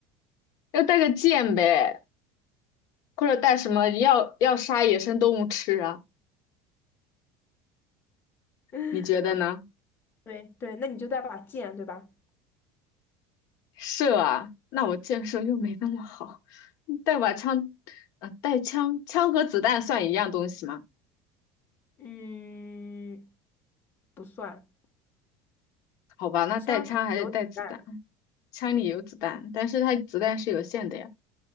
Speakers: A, on the left; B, on the left.
A: 要带个剑呗。或者带什么要要杀野生动物吃啊？
B: <laughs>
A: 你觉得呢？
B: 对对，那你就带把剑，对吧？
A: 射啊，那我箭射又没那么好，带把枪，呃，带枪，枪和子弹算一样东西吗？
B: 嗯，不算，
A: 好吧，那带枪还得带子弹，
B: 枪可以有子弹。
A: 枪里有子弹，但是它子弹是有限的呀。